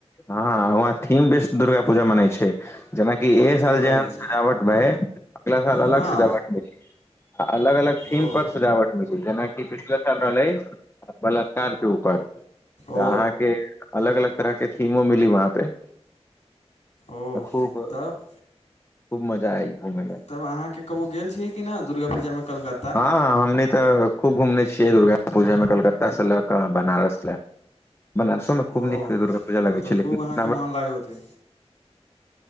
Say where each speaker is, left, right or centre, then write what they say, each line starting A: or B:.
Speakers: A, on the left (about 20°); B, on the left (about 75°).
A: हँ वहाँ थिम बिस दुर्गा पूजा मनय छै जेनाकि ए
B: जी
A: साल
B: भाइजी
A: जेहन सजावट भए अगला साल अलग
B: हँ
A: सजावट मिल अलग अलग थीम
B: ओ
A: पर सजावट जेनाकि पिछला साल रहलै बलात्कार के ऊपर तऽ
B: ओ
A: अहाँके अलग अलग तरहके थीमो मिली वहाँ पे
B: ओ
A: खूब
B: तब
A: खूब मजा आइ घूमे मे
B: तब अहाँके कबौ गेल छियै कि न दुर्गा पूजामे कलकत्ता
A: हँ हमनी तऽ खूब घूमने छियै दुर्गा पूजा मे कलकत्ता से ले क बनारस लए बनारसोमे
B: ओ
A: खूब नीक दुर्गा पूजा
B: तब
A: लगै
B: तऽ
A: छै
B: खूब
A: लेकिन
B: अहाँके मोन लागै होतै